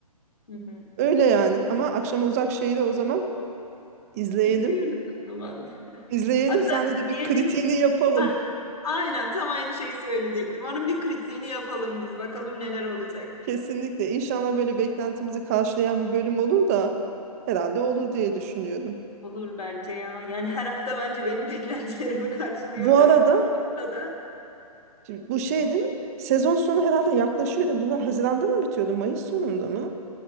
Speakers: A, on the left; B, on the right.
A: Hı hı.
B: Öyle yani ama akşama uzak şeyi de o zaman izleyelim.
A: İzliyoruz o zaman.
B: İzleyelim
A: Hatta
B: senle de bir
A: izleyelim
B: kritiğini yapalım.
A: <laughs> A- Aynen tam aynı şeyi söyleyecektim. Onun bir kritiğini yapalım biz. Bakalım neler olacak.
B: Kesinlikle. İnşallah böyle beklentimizi karşılayan bir bölüm olur da herhalde olur diye düşünüyorum.
A: Olur bence ya. Yani her hafta bence benim <laughs> beklentilerimi karşılıyor.
B: Bu arada
A: Hatta da
B: şimdi bu şey değil mi? Sezon sonu herhalde yaklaşıyor değil mi? Bunlar Haziran'da mı bitiyordu? Mayıs sonunda mı?